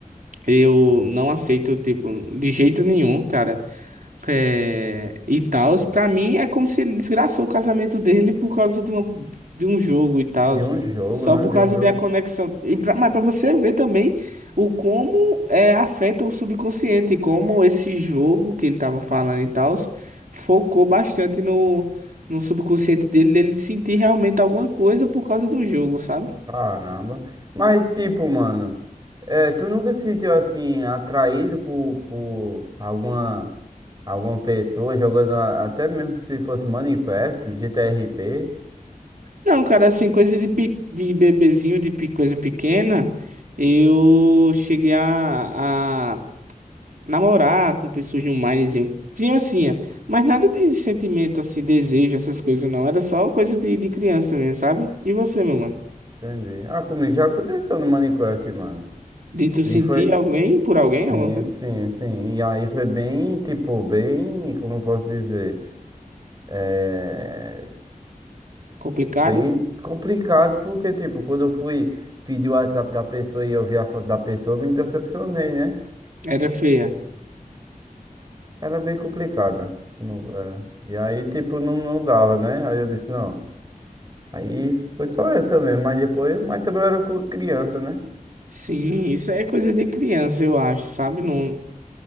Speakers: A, on the right; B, on the right.
A: eu não aceito, tipo, de jeito nenhum, cara. É, e tal. Pra mim é como se ele desgraçou o casamento dele por causa de, uma, de um jogo e tal.
B: De um jogo,
A: Só
B: né?
A: por
B: De
A: causa
B: um jogo.
A: da conexão. E pra, mas pra você ver também o como é, afeta o subconsciente, como esse jogo que ele tava falando e tal, focou bastante no, no subconsciente dele, dele sentir realmente alguma coisa por causa do jogo, sabe?
B: Caramba. Mas, tipo, mano, é, tu nunca se sentiu assim, atraído por, por alguma, alguma pessoa jogando, a- até mesmo se fosse Minecraft, GTRP?
A: Não, cara, assim, coisa de, pe- de bebezinho, de pe- coisa pequena, eu cheguei a, a namorar com pessoas de um minezinho, criancinha, mas nada de sentimento, assim, desejo, essas coisas não, era só coisa de, de criança mesmo, sabe? E você, meu mano?
B: Entendi. Ah, comigo já aconteceu no Minecraft, mano.
A: De tu sentir
B: E foi.
A: alguém por alguém,
B: Sim,
A: alguma coisa
B: sim, sim. E aí foi bem, tipo, bem. Como eu posso dizer? É.
A: complicado?
B: Bem complicado, porque, tipo, quando eu fui pedir o WhatsApp da pessoa e eu vi a foto da pessoa, eu me decepcionei, né?
A: Era feia.
B: Era bem complicado. Não, é. E aí, tipo, não, não dava, né? Aí eu disse, não. Aí foi só essa mesmo. Mas depois. Mas também eu era cu- criança, né?
A: Sim, isso é coisa de criança, eu acho, sabe? Não,